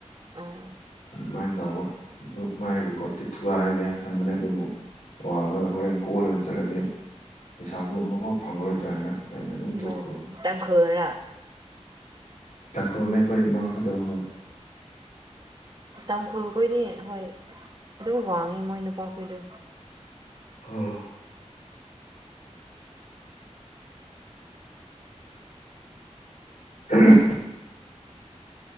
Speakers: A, on the right; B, on the left.
A: ꯑꯥ
B: ꯑꯗꯨꯃꯥꯏꯅ ꯇꯧꯕ ꯑꯗꯨ ꯃꯥꯏ ꯔꯦꯀꯣꯔꯠꯇꯤ ꯊꯨꯒꯥꯏꯒꯦ ꯈꯟꯕꯅꯦ ꯑꯗꯨꯕꯨ ꯋꯥꯡꯉꯒ ꯍꯣꯔꯦꯟ ꯀꯣꯜꯂꯒ ꯆꯠꯂꯗꯤ ꯂꯩꯁꯥꯕꯤ ꯑꯃꯨꯛꯐꯥꯎ ꯐꯪꯉꯔꯣꯏꯗ꯭ꯔꯥ ꯍꯥꯏꯅ ꯑꯩꯅ ꯑꯗꯨꯝ ꯇꯣꯛꯈ꯭ꯔꯕ
A: ꯃꯟ ꯇꯥꯡꯈꯨꯜꯔꯥ
B: ꯇꯥꯡꯈꯨꯜꯅꯦ ꯑꯩꯈꯣꯏ ꯏꯃꯥꯍꯥꯏꯗꯣ ꯍꯣ
A: ꯇꯥꯡꯈꯨꯜꯈꯣꯏꯗꯤ ꯍꯣꯏ ꯑꯗꯨꯝ ꯋꯥꯡꯉꯦ ꯃꯣꯏ ꯅꯨꯄꯥꯈꯣꯏꯗꯨ
B: ꯑꯣ ꯎꯝ